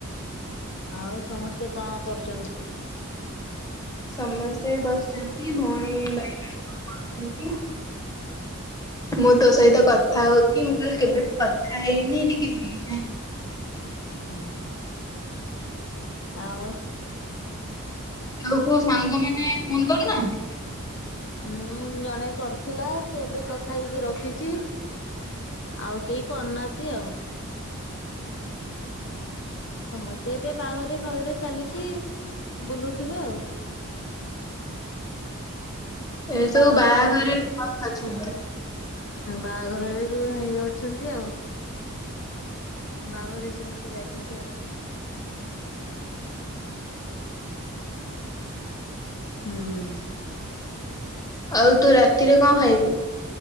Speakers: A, on the left; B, on the left.
A: ଆଉ ସମସ୍ତେ କଣ କରୁଛନ୍ତି?
B: ସମସ୍ତେ ବସିଛନ୍ତି ଭଉଣୀ ଭାଇମାନେ ସବୁ ଅଛନ୍ତି ମୁଁ ତୋ ସହିତ
A: ଅଁ
B: କଥା ହଉଛି ମୁଁ କହିଲି କେବେଠୁ କଥା ହେଇନି ଟିକେ ହେଇଯାଏ।
A: ହଁ ହଁ। ଆଉ?
B: ଆଉ କୋଉ ସାଙ୍ଗମାନେ ଫୋନ୍ କରୁନାହାନ୍ତି?
A: ହଁ ଜଣେ କରିଥିଲା ସେ ଏବେ କଥା ହେଇକି ରଖିଛି ଆଉ କେହି କରୁନାହାନ୍ତି ଆଉ। ସମସ୍ତେ ଏବେ ବାହାଘରେ। <unintelligible> କାଲିକି ବୁଲୁଥିବେ ଆଉ।
B: ଏ ସବୁ
A: ବାହାଘର
B: ବାହାଘରରେ
A: ହୁଁ
B: ମସ୍ତ ଅଛନ୍ତି।
A: ବାହାଘରରେ ବି ଭାଙ୍ଗି ଯାଉ <unintelligible> ଆଉ। ବାହାଘରେ ସମସ୍ତେ ଯାଇଛନ୍ତି ଆଉ, ହୁଁ
B: ଆଉ ତୁ ରାତିରେ କଣ ଖାଇବୁ